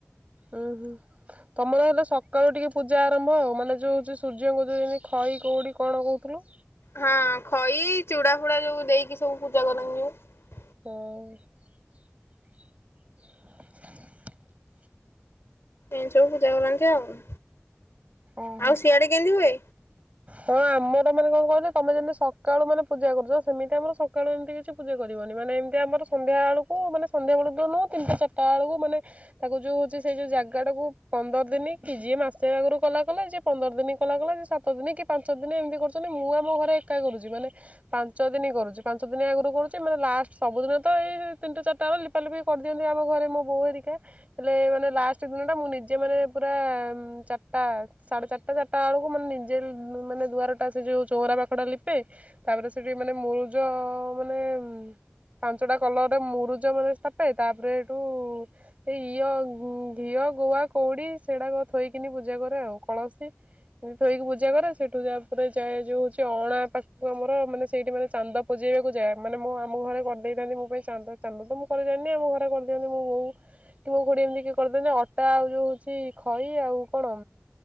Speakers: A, on the right (about 30°); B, on the left (about 65°).
A: ହୁଁ ହୁଁ ତମର ହେଲେ ସକାଳୁ ଟିକେ ପୂଜା ଆରମ୍ଭ ଆଉ ମାନେ ଯୋଉ ହଉଛି ସୂର୍ଯ୍ୟଙ୍କୁ ଯୋଉମତି ଖଇ କୋଉଡି କଣ କହୁଥିଲୁ
B: ହଁ ଖଇ ଚୁଡା ଫୁଡା ଯୋଉ ଦେଇକି ସବୁ ପୂଜା କରନ୍ତି ଯୋଉ
A: ହଁ।
B: ଏ ସବୁ ପୂଜା କରନ୍ତି ଆଉ।
A: ଓହୋ
B: ଆଉ ସିଆଡେ କେମିତି ହୁଏ।
A: ହଁ ଆମର ମାନେ କଣ କହିଲେ ତମେ ଯେମିତି ସକାଳୁ ମାନେ ପୂଜା କରୁଛ ସେମିତି ଆମର ସକାଳୁ ଏମିତି କିଛି ପୂଜା କରିବନି ମାନେ ଏମିତି ଆମର ସନ୍ଧ୍ୟା ବେଳକୁ ମାନେ ସନ୍ଧ୍ୟା ବେଳକୁ ତ ନୁହଁ ତିନିଟା ଚାରିଟା ବେଳକୁ ମାନେ ତାକୁ ଯୋଉ ହଉଛି ସେଇ ଯୋଉ ଜାଗା ଟାକୁ ପନ୍ଦର ଦିନ କି ଯିଏ ମାସେ ଆଗରୁ କଲା କଲା ଯିଏ ପନ୍ଦର ଦିନି କଲା କଲା ଯଏ ସା ସାତ ଦିନ କି ପାଞ୍ଚ ଦିନ ଏମିତି କରୁଛନ୍ତି ମୁଁ ଆମ ଘରେ ଏକା କରୁଛି ମାନେ ପାଞ୍ଚ ଦିନ କରୁଛି ପାଞ୍ଚ ଦିନ ଆଗରୁ କରୁଛି ମାନେ ଲାଷ୍ଟ ସବୁଦିନ ତ ଏଇ ତିନିଟା ଚାରିଟା ବେଳେ ଲିପାଲିପି କରିଦିଅନ୍ତି ଆମ ଘରେ ମୋ ବୋଉ ହେରିକା ହେଲେ ମାନେ ଲାଷ୍ଟ ଦିନ ଟା ମୁଁ ନିଜେ ମାନେ ପୁର ଚାରିଟା ସାଢେ ଚାରିଟା ଚାରିଟା ବେଳକୁ ମାନେ ନି ମାନେ ଦୁଆର ଟା ସେ ଯୋଉ ଚଉରା ପାଖଟା ଲିପେ ତାପରେ ସେଠି ମାନେ ମୁରୁଜ ମାନେ ପାଞ୍ଚଟା କଲରରେ ମୁରୁଜ ମାନେ ସ୍ଥାପେ ତାପରେ ସେଠୁ ସେ ଇଏ ଘିଅ ଗୁଆ କୋଉଡି ସେଟା ଥୋଇକିନି ପୂଜା କରେ ଆଉ କଳସୀ ଥୋଇକି ପ ଜାକରେ ସେଠୁ ଯା ପରେ ଯାଏ ଯୋଉ ହଉଛି ଅଣା ପାଖକୁ ଆମର ମାନେ ସେଇଠି ମାନେ ଚାନ୍ଦ ପଜେଇବାକୁ ଯାଏ ମାନେ ମୁଁ ଆମ ଘରେ କରିଦେଇଥାନ୍ତି ମୋ ପାଇଁ ଚାନ୍ଦ ଚାନ୍ଦ ତ ମୁଁ କରିଯାଏନି ଆମ ଘରେ କରିଦିଅନ୍ତି ମୋ ବୋଉ କି ମୋ ଖଙଡି ଏମିତି କିଏ କରିଦିନ୍ତି ଅଟା ଆଉ ଯୋଉ ହଉଛି ଖଇ ଆଉ କଣ